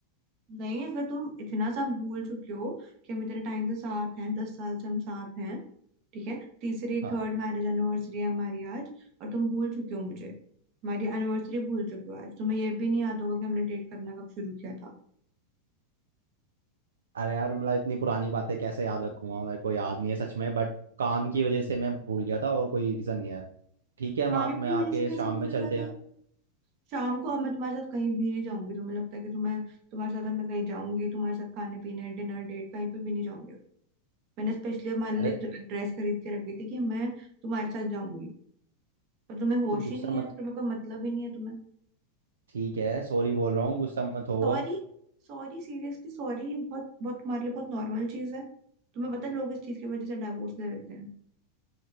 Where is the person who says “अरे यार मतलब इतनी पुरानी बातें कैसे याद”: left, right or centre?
Right